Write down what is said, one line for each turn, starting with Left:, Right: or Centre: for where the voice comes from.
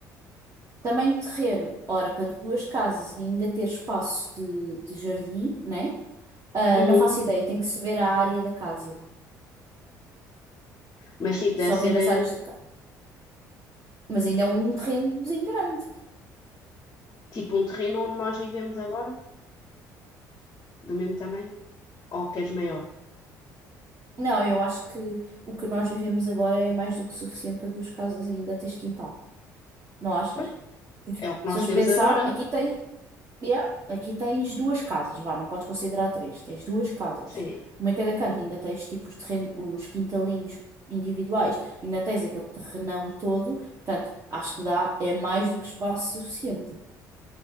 Right: Tamanho de terreno, ora, para duas casas e ainda ter espaço de, de jardim, né? Ah,
Left: Uhum.
Right: não faço ideia, tem que se ver a área da casa.
Left: Mas, tipo,
Right: Só
Left: deve ser,
Right: vendo
Left: eh,
Right: as áreas da casa. Mas ainda é um terrenozinho grande.
Left: tipo, um terreno onde nós vivemos agora, do mesmo tamanho. Ou queres maior?
Right: Não, eu acho que o que nós vivemos agora é mais do que suficiente para duas casas e ainda tens quintal. Não achas?
Left: Pois,
Right: Porque
Left: é o que
Right: se
Left: nós
Right: fores
Left: temos
Right: pensar,
Left: agora.
Right: aqui tens. Yeah. Aqui tens duas casas, vá, não podes considerar três. Tens duas casas.
Left: Sim,
Right: Uma em cada canto, ainda tens tipo os terrenos, os quintalinhos individuais, ainda tens aquele terrenão todo. Portanto, acho que dá, é mais do que espaço suficiente.